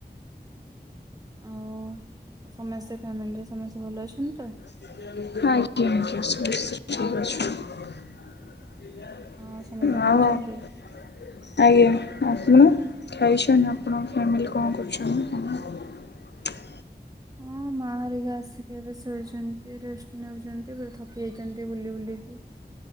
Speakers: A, on the right (about 20°); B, on the left (about 80°).
A: ଆଉ ସମସ୍ତେ ଫ୍ୟାମିଲିରେ ସମସ୍ତେ ଭଲ ଅଛନ୍ତି।
B: ହଁ।
A: ତ?
B: ଠିକ ଅଛି। ଓହୋ ଆଜ୍ଞା।
A: ଆଉ ସମସ୍ତେ
B: ଆପଣ
A: ଖାଇଛନ୍ତି?
B: ଖାଇଛନ୍ତିଛନ୍ତି ଆପଣଙ୍କ ଫ୍ୟାମିଲି କଣ କରୁଛନ୍ତି।
A: ହଁ ମା ଆରିକା ଆସିକି ଏବେ ଶୋଇଛନ୍ତି ରେଷ୍ଟ ନେଉଛନ୍ତି ପା ଥକି ଯାଇଛନ୍ତି ବୁଲି ବୁଲିକି